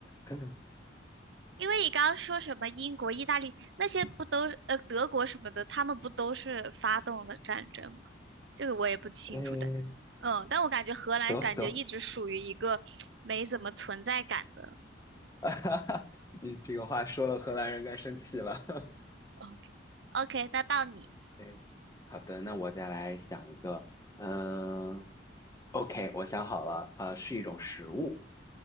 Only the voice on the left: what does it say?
<laughs>
嗯，
得得，<laughs> 你这个话说了，荷兰人该生气了。<laughs>
嗯，好的，那我再来想一个。嗯，OK，我想好了，呃，是一种食物，